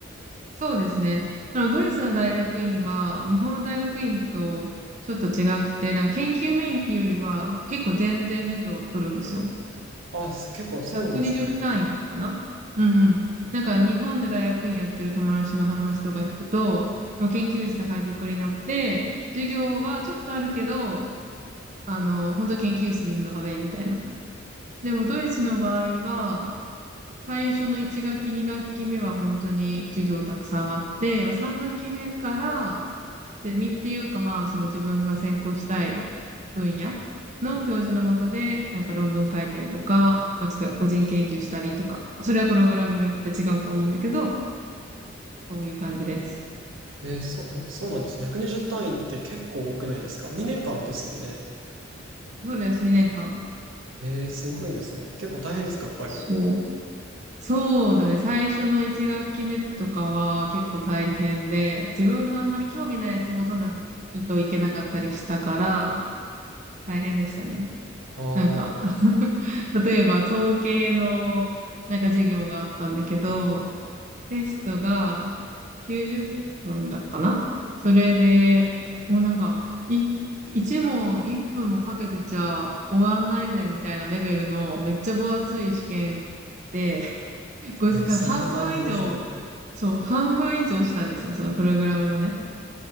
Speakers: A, on the right; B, on the right.
A: そうですね。あの、ドイツの大学院は、日本の大学院とちょっと違くて、なんか研究メインっていうよりは、結構全然授業を取るんですよ。
B: あ、す結構そうなんですね。
A: 120単位かな。うんうん。なんか日本で大学院やってる友達の話とか聞くと、もう研究室配属になって、授業はちょっとあるけど、あの、本当研究室にいるのがメインみたいな。でもドイツの場合は、最初の1学期、2学期目は本当に授業たくさんあって、まあ、3学期目からゼミっていうかまあその自分が専攻したい分野の教授のもとでなんか論文書いたりとか、まあ、ちょっと個人研究したりとか、それはプログラムによって違うと思うんだけど、そういう感じです。
B: えー、そ、え、そうなんです。120単位って結構多くないですか ?2 年間ですよね。
A: そうです、2年間。
B: ええ、すごいですね。結構大変ですか、やっぱり。
A: そう。そうだね。最初の1学期目とかは結構大変で、自分のあんまり興味ないやつもとないといけなかったりしたから、大変でしたね。
B: あ
A: なんか、
B: あ、
A: <laughs> 例えば統計のなんか授業があったんだけど、テストが90分だったかなそれで、もうなんか、い、1問1分もかけてちゃ終わんないぜみたいなレベルのめっちゃ分厚い試験で、<laughs> ごじ、
B: えー、
A: 多分半分以上、
B: それは大変ですね。
A: そう、半分以上したんですよ、そのプログラムのね。